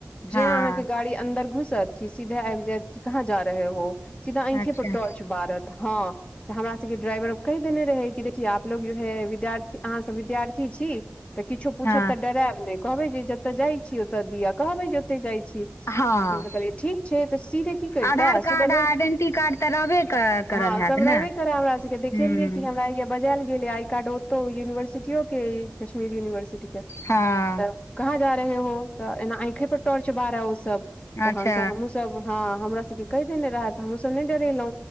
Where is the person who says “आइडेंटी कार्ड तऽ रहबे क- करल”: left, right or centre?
Left